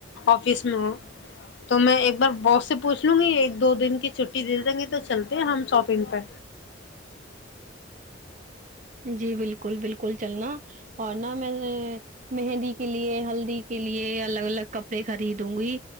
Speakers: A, on the left (about 65°); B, on the right (about 40°).
A: آفس میں تو میں ایک بار باس سے پوچھ لوں گی ایک دو دن کی چھٹی دے دیں گے تو چلتے ہیں ہم شاپنگ پہ
B: جی بالکل بالکل چلنا اور نا میں نے مہندی کے لیے ہلدی کے لیے الگ الگ کپڑے خریدوں گی